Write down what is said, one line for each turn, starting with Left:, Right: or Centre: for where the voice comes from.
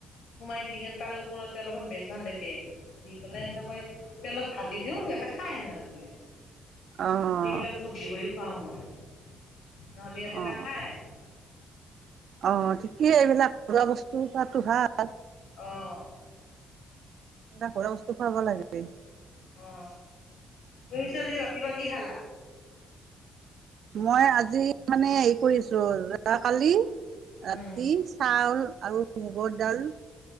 Left: সোমাই দি কি তাৰ ওপৰতে অলপমান বেচন লে তিয়াই দিওঁ দি পেলাই এনেকৈ তেলত ভাজি দিওঁ সিহঁতে খাই সনেকৈ দিলে
Right: অ', অ',
Left: সেইবিলাক বুদ্ধি কৰি খুৱাও মই নহ'লে ইহঁতে
Right: অ'।
Left: নাখায়
Right: অ ঠিকেই এইবিলাক খোৱা বস্তু পোৱাতো ভাল
Left: অঁ
Right: এনকা ঘৰৰ বস্তু খুৱাব লাগে
Left: অ তুমি চদি ৰাতিপোৱা কি খালা
Right: মই আজি মানে হেৰি কৰিছো যাকালি ৰাতি
Left: উম
Right: চাউল আৰু মুগৰ ডাল